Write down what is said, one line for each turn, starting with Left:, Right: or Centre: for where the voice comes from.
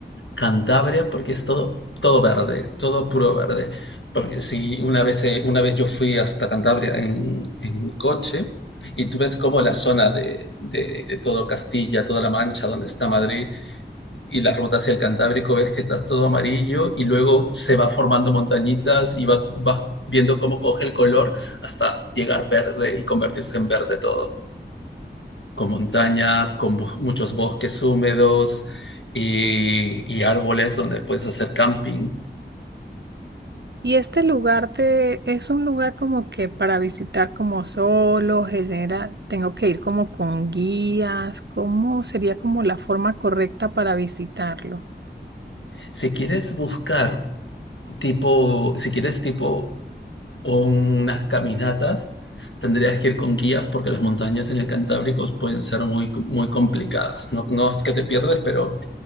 Left: Cantabria porque es todo, todo verde, todo puro verde. Porque si una vez, eh, una vez yo fui hasta Cantabria en, en coche y tú ves como la zona de, de, de todo Castilla, toda la Mancha, donde está Madrid y la ruta hacia el Cantábrico, ves que estás todo amarillo y luego se va formando montañitas y va- vas viendo cómo coge el color hasta llegar verde y convertirse en verde todo con montañas, con muchos bosques húmedos y, y árboles donde puedes hacer camping.
Right: Y este lugar te, es un lugar como que para visitar como solo, genera, tengo que ir como con guías, ¿cómo sería como la forma correcta para visitarlo?
Left: Si quieres buscar tipo, si quieres tipo unas caminatas, tendrías que ir con guías porque las montañas en el Cantábrico pueden ser muy, muy complicadas. No, no es que te pierdes, pero